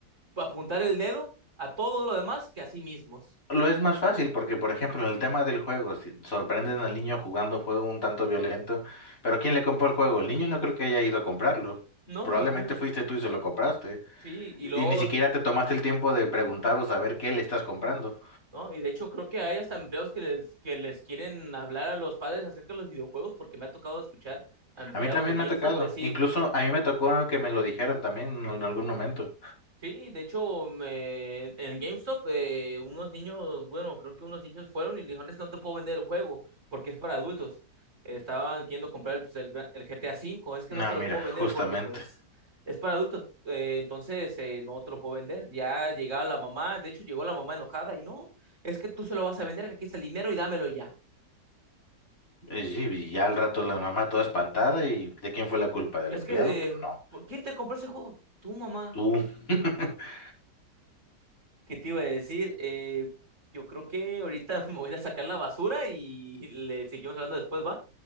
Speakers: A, on the right; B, on the left.
A: apuntar el dedo a todo lo demás que a sí mismos.
B: Lo es más fácil porque, por ejemplo, en el tema del juego, si sorprenden al niño jugando un juego un tanto violento, pero ¿quién le compró el juego? El niño no creo que haya ido a comprarlo.
A: No,
B: Probablemente
A: los niños,
B: fuiste tú y se lo compraste.
A: sí, y luego,
B: Y ni siquiera te tomaste el tiempo de preguntar o saber qué le estás comprando.
A: ¿no? Y de hecho creo que hay hasta empleados que les, que les quieren hablar a los padres acerca de los videojuegos, porque me ha tocado escuchar a empleados
B: A mí también
A: de GameStop
B: me ha tocado.
A: decir,
B: Incluso a mí me tocó que me lo dijeran también en algún momento.
A: Sí, de hecho, me- en GameStop, eh, unos niños, bueno, creo que unos niños fueron y le dijeron, es que no te puedo vender el juego porque es para adultos. Eh, estaban queriendo comprar el, pues, el gra- el GTA V, es que
B: No,
A: no te
B: mira,
A: lo puedo
B: justamente.
A: vender porque pues es para adultos. Eh, entonces, eh, no te lo puedo vender. Ya llegaba la mamá, de hecho llegó la mamá enojada y no, es que tú se lo vas a vender, que aquí está el dinero y dámelo ya.
B: Y sí, y ya al rato la mamá toda espantada y ¿de quién fue la culpa? ¿Del
A: Es
B: empleado?
A: que,
B: Pues
A: eh,
B: no.
A: ¿por- ¿quién te compró ese juego? Tu mamá.
B: Tú. <laughs>
A: ¿Qué te iba a decir? Eh, yo creo que ahorita <laughs> me voy a ir a sacar la basura y le seguimos hablando después, ¿va?